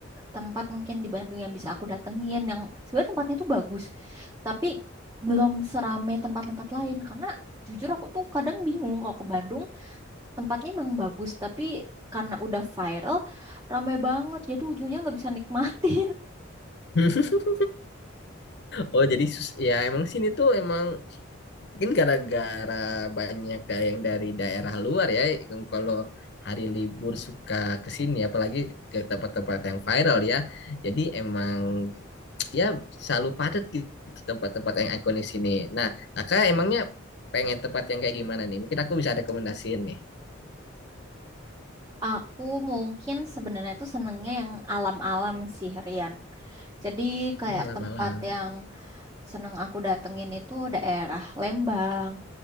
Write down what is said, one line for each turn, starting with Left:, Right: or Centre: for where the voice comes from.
Right: tempat mungkin di Bandung yang bisa aku datengin yang sebenarnya tempatnya tuh bagus, tapi belum serame tempat-tempat lain karena jujur aku tuh kadang bingung kalau ke Bandung tempatnya emang bagus tapi karena udah viral rame banget jadi ujungnya nggak bisa nikmatin. <laughs>
Left: <laughs> Oh jadi sus ya emang sini tuh emang Mungkin gara-gara banyak da- yang dari daerah luar ya, yang kalau hari libur suka ke sini, apalagi ke tempat-tempat yang viral ya. Jadi emang <tsk> ya selalu padat gitu tempat-tempat yang ikonik sini. Nah, kakak emangnya pengen tempat yang kayak gimana nih? Mungkin aku bisa rekomendasiin nih.
Right: Aku mungkin sebenarnya tuh senengnya yang alam-alam sih Rian. Jadi kayak
Left: Malam-malam.
Right: tempat yang seneng aku datengin itu daerah Lembang,